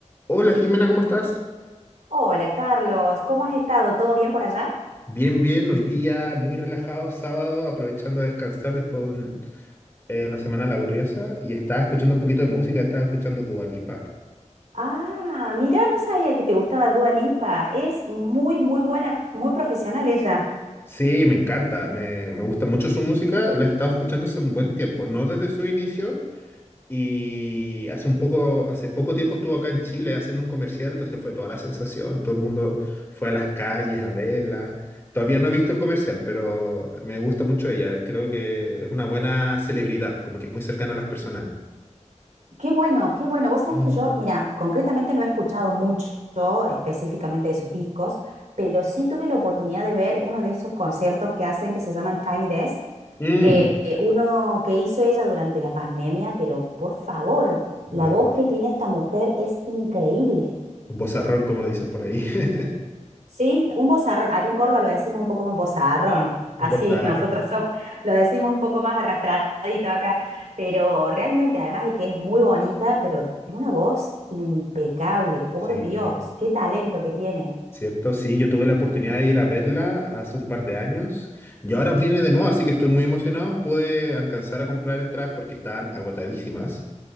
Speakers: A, on the left; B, on the right.
A: Hola Jimena, ¿cómo estás?
B: Hola Carlos, ¿cómo has estado? ¿Todo bien por allá?
A: Bien, bien, hoy día muy relajado, sábado, aprovechando a descansar después de un- eh, una semana laboriosa y estaba escuchando un poquito de música, estaba escuchando Dua Lipa.
B: Ah, mira, no sabía que te gustaba Dua Lipa. Es muy, muy buena, muy profesional ella.
A: Sí, me encanta, me, me gusta mucho su música, la he estado escuchando hace un buen tiempo, no desde su inicio, Y hace un poco, hace poco tiempo estuvo acá en Chile haciendo un comercial, entonces fue toda la sensación, todo el mundo fue a las calles a verla. Todavía no he visto el comercial, pero me gusta mucho ella. Creo que es una buena celebridad, como que es muy cercana a las personas.
B: Qué bueno, qué bueno. Vos sabés
A: Mm.
B: que yo, mira, concretamente no he escuchado mucho específicamente de sus discos, pero sí tuve la oportunidad de ver uno de esos conciertos que hacen que se llaman Tiny Desk.
A: Mm,
B: Eh, eh, uno que hizo ella durante la pandemia, pero por favor,
A: Bueno,
B: la voz que tiene esta mujer es increíble.
A: un vozarrón, como dicen por ahí. <laughs>
B: Sí, un bozarrón. Acá en Córdoba lo decimos un poco como bozarrón. Así
A: Un vozarrón.
B: <laughs> nosotros somos- lo decimos un poco más arrastradito acá. Pero realmente, además de que es muy bonita, pero tiene una voz impecable, por
A: Sí,
B: Dios, qué talento que tiene.
A: ¿Cierto? Sí, yo tuve la oportunidad de ir a verla hace un par de años y ahora viene de nuevo, así que estoy muy emocionado. Pude alcanzar a comprar entradas porque estaban agotadísimas